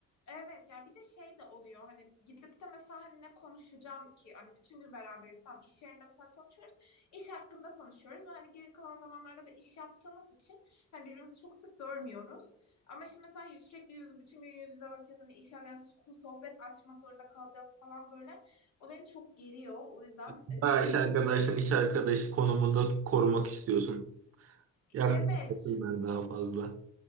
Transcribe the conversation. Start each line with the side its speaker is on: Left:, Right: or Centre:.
Left: Evet yani bir de şey de oluyor hani gidip de mesela hani ne konuşacağım ki hani bütün gün beraberiz tam iş yerinde mesela konuşuyoruz iş hakkında konuşuyoruz ve hani geri kalan zamanlarda da iş yaptığımız için hani birbirimizi çok sık görmüyoruz ama şimdi mesela yüz, sürekli yüz bütün gün yüz yüze bakacağız hani iş yani so- sohbet açmak zorunda kalacağız falan böyle o beni çok geriyor o yüzden
Right: Bayağı
Left: e,
Right: iş arkadaşını iş arkadaşı konumunda korumak istiyorsun. Yaklaşmasınlar
Left: evet
Right: daha fazla.